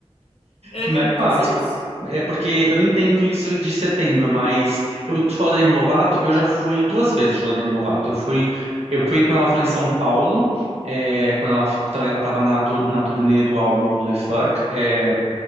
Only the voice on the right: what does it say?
Mais
fácil.
É porque eu não entendo isso de setembro, mas eu tu falou da Demi Lovato, eu já fui duas vezes no show da Demi Lovato. Eu fui, eu fui quando ela foi em São Paulo, é, quando ela f- também ela estava na, tur- na turnê do álbum Holy Fuck. é,